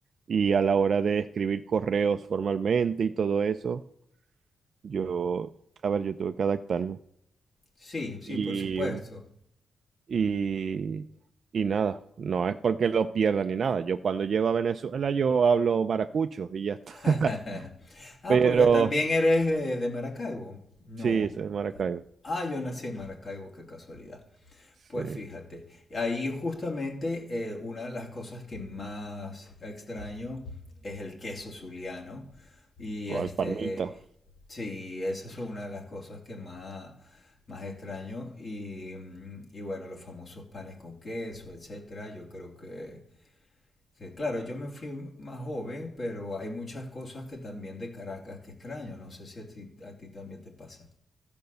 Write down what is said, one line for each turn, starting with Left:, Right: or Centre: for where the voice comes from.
Right: y a la hora de escribir correos formalmente y todo eso, yo, a ver, yo tuve que adaptarme.
Left: Sí, sí,
Right: Y,
Left: por supuesto.
Right: y, y nada, no es porque lo pierda ni nada. Yo cuando llego a Venezuela yo hablo maracucho y ya está.
Left: <laughs>
Right: <laughs>
Left: Ah,
Right: Pero
Left: porque también eres de, de Maracaibo. No.
Right: sí, soy de Maracaibo.
Left: Ah, yo nací en Maracaibo, qué casualidad.
Right: Sí,
Left: Pues fíjate, ahí justamente eh, una de las cosas que más extraño es el queso zuliano. Y
Right: fue
Left: este,
Right: al Palmita.
Left: eh, sí, esa es una de las cosas que más, más extraño. Y, mm, y bueno, los famosos panes con queso, etcétera. Yo creo que, que, claro, yo me fui más joven, pero hay muchas cosas que también de Caracas que extraño. No sé si a ti, a ti también te pasa.